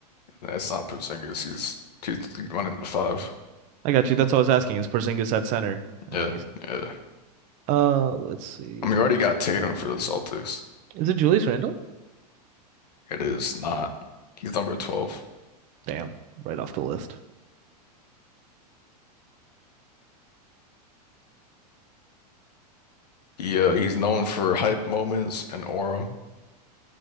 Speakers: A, on the left; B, on the right.
A: That's not Porzingis. He's he's running the five.
B: I got you. That's all I was asking is Porzingis at center, and
A: Yeah,
B: then he's.
A: yeah.
B: Uh, let's see.
A: I mean, you already got Tatum for the Celtics.
B: Is it Julius Randle?
A: It is not. He's number 12.
B: Damn, right off the list.
A: He uh, he's known for hype moments and aura.